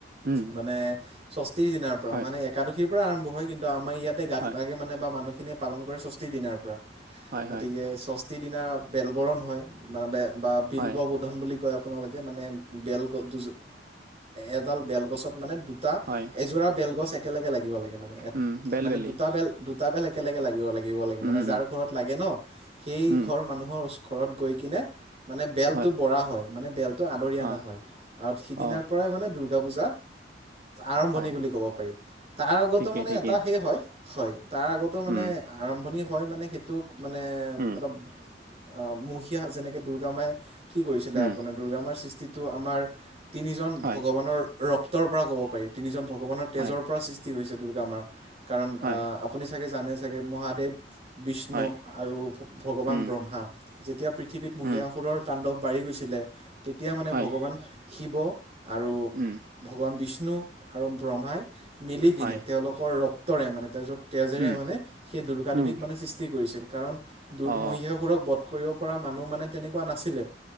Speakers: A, on the right; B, on the right.
A: উম'।
B: মানে ষষ্ঠীৰ দিনাৰ পৰা
A: হয়
B: মানে একাদশীৰ পৰা আৰম্ভ হয়, কিন্তু আমাৰ ইয়াতে গাত
A: হয়
B: লাগে মানে বা মানুহ খিনিয়ে পালন কৰে ষষ্ঠী দিনাৰ পৰা
A: হয়
B: গতিকে
A: হয়
B: ষষ্ঠীৰ দিনা বেলবৰণ হয় মানে ব বা বিল
A: হয়
B: ববোধন বুলি কয়। আপোনালোকে মানে বেলগছ দু এডাল বেলগছত মানে
A: হয়
B: এযোৰা বেলগছ একেলগে লাগিব লাগে মানে
A: উম বেলবেলি
B: মানে দুটা বেল দুটা বেল একেলগে লাগিব- লাগিব লাগে
A: উম
B: মানে যাৰ
A: উম
B: ঘৰত লাগে ন। সেই
A: উম
B: ঘৰ মানুহ গৈ কেনে মানে বেলটো
A: হয়
B: বৰা হয় মানে বেল টো আদৰি আনা
A: অ
B: হয় আৰু সিদিনাৰ
A: অ
B: পৰাই মানে দুৰ্গা পূজা আৰম্ভণি
A: হয়
B: বুলি ক'ব পাৰি তাৰ আগতো
A: ঠিকে
B: মানে
A: ঠিকে
B: এটা সেই হয় - হয়। তাৰ আগতো মানে
A: উম
B: আৰম্ভণি হয় মানে সেইটো মানে
A: উম
B: অলপ আহ, মহিসা যেনেকে দুৰ্গ মাই কি কৰিছিলে
A: উম
B: আপোনাৰ দুৰ্গামাৰ সৃষ্টিটো আমাৰ। তিনিজন
A: হয়
B: ভগৱানৰ ৰক্তৰ পৰা ক'ব পাৰি তিনিজন ভগৱানৰ তেজৰ
A: হয়
B: পৰা সৃষ্টি হৈছে দুৰ্গা আমাৰ কাৰণ
A: হয়
B: আহ আপুনি চাগে জানে চাগে মহাদেৱ বিষ্ণু
A: হয়
B: আৰু ভগৱান
A: উম
B: ব্ৰহ্মা যেতিয়া পৃথিৱীত মহীষাসুৰৰ
A: উম
B: তাণ্ডৱ বাঢ়ি গৈছিলে তেতিয়া মানে
A: হয়
B: ভগৱান শিৱ আৰু
A: উম
B: ভগৱান বিষ্ণু আৰু ব্ৰহ্মাই মিলি কিনে
A: হয়
B: তেওলোকৰ ৰক্তৰে মানে তেজেৰে
A: উম
B: মানে সেই দুৰ্গা দেৱীক
A: উম
B: মানে সৃষ্টি কৰিছিল কাৰণ
A: অ
B: মহীষাসুৰক বোধ কৰিব পৰা মানুহ মানে তেনেকুৱা নাছিলে।